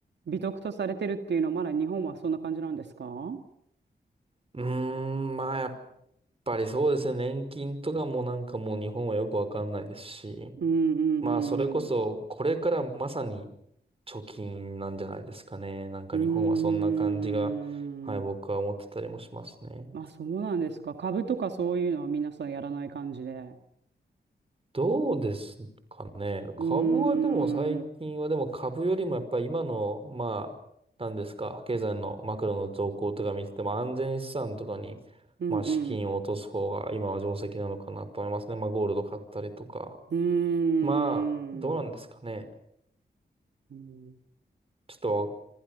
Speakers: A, on the right; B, on the right.
A: 美徳とされてるっていうのは、まだ日本はそんな感じなんですか
B: うーん、まあやっぱりそうですね。年金とかもなんかもう日本はよくわかんないですし。
A: うんうん
B: まあそれこそこれからまさに貯金なんじゃないですかね。なんか日本はそんな感じが、
A: うん。うーん。
B: はい、僕は思ってたりもしますね。
A: まあそうなんですか。株とかそういうのは皆さんやらない感じで。
B: どうですかね。株はでも最近はでも株よりもやっぱり今の、
A: うーん。うん
B: まあ、なんですか、経済のマクロの動向とか見てても安全資産とかに、
A: うん。
B: まあ資金を落とす方が今は定石なのかなと思いますね。まあゴールド買ったりとか。
A: うーん。
B: まあ、どうなんですかね。
A: うん
B: ちょっと、